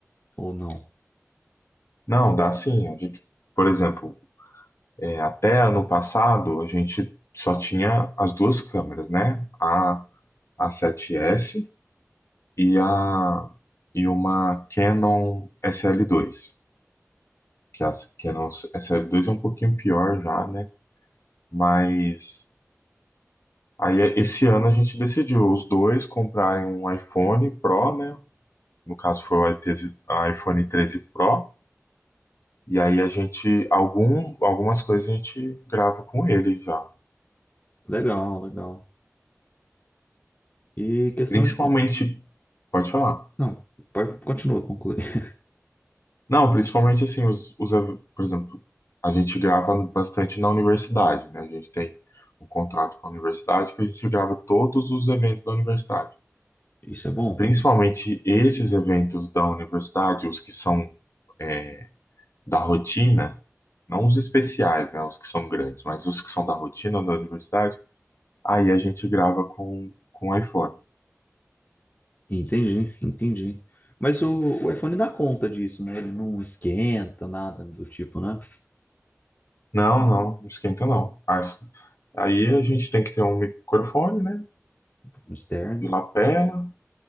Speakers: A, on the left; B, on the left.
A: ou não?
B: Não, dá sim. A gente, por exemplo, é, até ano passado a gente só tinha as duas câmeras, né? A A7S e a e uma Canon SL2. Que a Canon SL2 é um pouquinho pior já, né? Mas aí esse ano a gente decidiu os dois comprarem um iPhone Pro, né? no caso foi o iTese a iPhone treze Pro, e aí a gente, algum, algumas coisas a gente grava com ele já.
A: Legal, legal. E questão
B: Principalmente,
A: de con-
B: pode falar.
A: Não, pode continua, concluir. <laughs>
B: Não, principalmente assim, os, os, por exemplo, a gente grava bastante na universidade, né? A gente tem um contrato com a universidade que a gente grava todos os eventos da universidade.
A: Isso é bom?
B: Principalmente esses eventos da universidade, os que são é, da rotina, não os especiais, né? Os que são grandes, mas os que são da rotina da universidade Aí a gente grava com, com o iPhone.
A: Entendi, entendi. Mas o, o iPhone dá conta disso, né? Ele não esquenta nada do tipo, né?
B: Não, não, não esquenta não. As- Aí a gente tem que ter um microfone, né?
A: No externo.
B: De lapela.